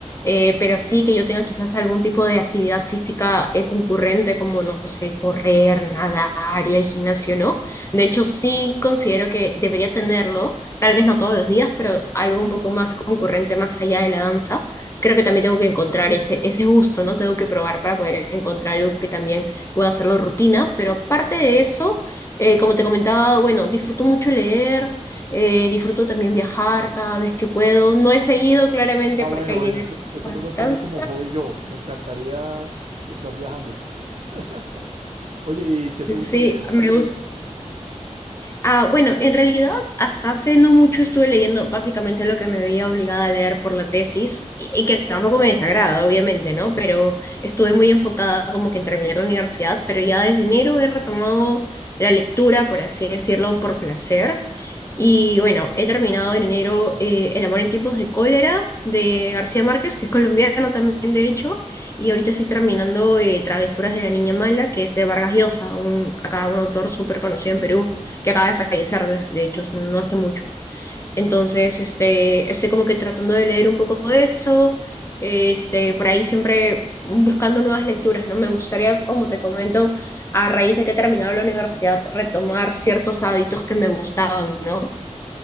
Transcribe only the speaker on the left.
Eh, pero sí que yo tenga quizás algún tipo de actividad física eh, concurrente, como, no sé, correr, nadar, ir al gimnasio, ¿no? De hecho, sí considero que debería tenerlo, tal vez no todos los días, pero algo un poco más concurrente más allá de la danza creo que también tengo que encontrar ese, ese gusto, ¿no? Tengo que probar para poder encontrar algo que también pueda hacerlo rutina, pero aparte de eso, eh, como te comentaba, bueno, disfruto mucho leer, eh, disfruto también viajar cada vez que puedo, no he seguido claramente
porque
el
dinero
no
alcanza,
<laughs>
sí,
me gusta. Ah, bueno, en realidad hasta hace no mucho estuve leyendo básicamente lo que me veía obligada a leer por la tesis y, y que tampoco me desagrada, obviamente, ¿no? Pero estuve muy enfocada como que en terminar la universidad, pero ya desde enero he retomado la lectura, por así decirlo, por placer. Y bueno, he terminado en enero eh, El amor en tiempos de cólera de García Márquez, que es colombiano también, de hecho, y ahorita estoy terminando eh, Travesuras de la Niña Mala, que es de Vargas Llosa, un, acá un autor súper conocido en Perú que acaba de fallecer, de, de hecho, no hace mucho. Entonces, este, estoy como que tratando de leer un poco de eso, este, por ahí siempre buscando nuevas lecturas, ¿no? Me gustaría, como te comento, a raíz de que he terminado la universidad, retomar ciertos hábitos que me gustaban, ¿no?